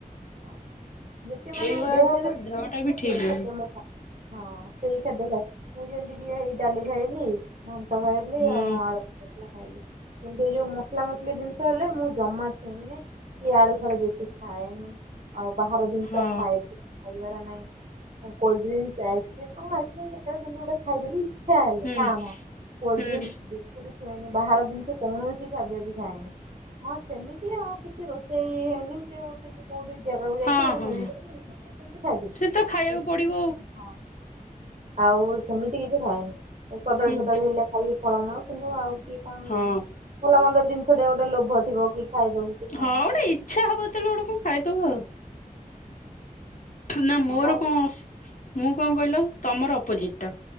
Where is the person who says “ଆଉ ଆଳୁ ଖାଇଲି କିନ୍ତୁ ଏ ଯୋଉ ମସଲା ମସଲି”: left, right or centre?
Right